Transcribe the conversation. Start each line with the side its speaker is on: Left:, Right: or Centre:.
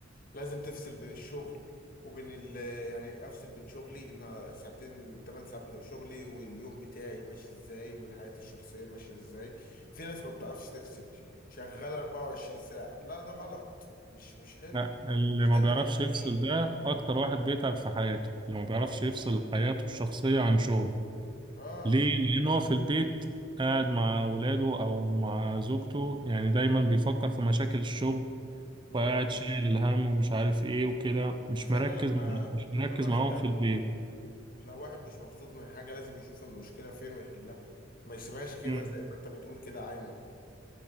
Left: لازم تفصل بين الشغل وبين ال... يعني افصل بين شغلي ان ساعتين ثمان ساعات بتوع شغلي واليوم بتاعي ماشي ازاي والحياة الشخصية ماشية ازاي في ناس ما بتعرفش تفصل شغالة 24 ساعة لا ده غلط مش مش حلو
Right: لا اللي
Left: مش
Right: ما
Left: ده اللي
Right: بيعرفش
Left: هيعليك
Right: يفصل ده أكتر واحد بيتعب في حياته اللي ما بيعرفش يفصل حياته الشخصية عن شغله
Left: اه
Right: ليه؟ لأن هو في البيت قاعد مع ولاده أو مع زوجته يعني دايما بيفكر في مشاكل الشغل
Left: امم.
Right: وقاعد شايل الهم ومش عارف إيه وكده مش
Left: وفعلا
Right: مركز
Left: لما
Right: مش
Left: لما
Right: مركز
Left: الواحد
Right: معاهم
Left: تقابله
Right: في البيت
Left: لو واحد مش مبسوط من حاجة لازم يشوف المشكلة فين ويحلها ما يسيبهاش كده
Right: مم.
Left: زي ما انت بتقول كده عايمة